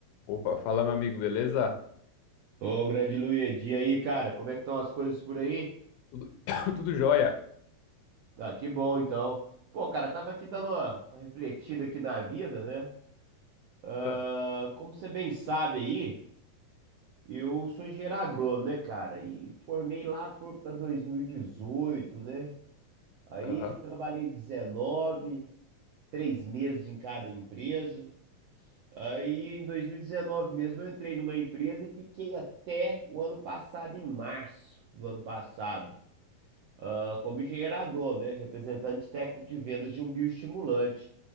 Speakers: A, on the left; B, on the right.
A: Opa, fala, meu amigo, beleza?
B: Ô, grande Luigi, e aí, cara, como é que estão as coisas por aí?
A: Tudo, <coughs> tudo jóia.
B: Ah, que bom, então. Pô, cara, tava aqui dando uma, uma refletida aqui na vida, né? Ah,
A: Ah,
B: como você bem sabe aí, eu sou engenheiro agrônomo, né, cara? E formei lá por, pra 2018, né? Aí
A: Aham.
B: trabalhei 19, três meses em cada empresa. Aí em 2019 mesmo eu entrei numa empresa e fiquei até o ano passado, em março do ano passado. ah, como engenheiro agrônomo, né? Representante técnico de vendas de um bioestimulante.